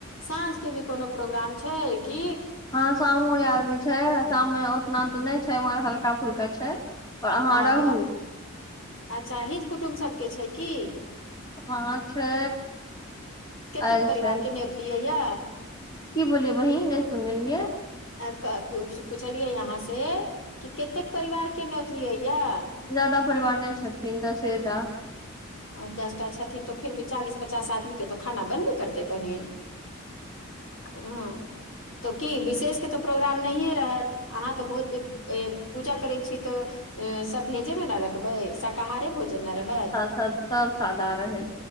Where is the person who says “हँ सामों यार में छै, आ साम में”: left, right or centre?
Left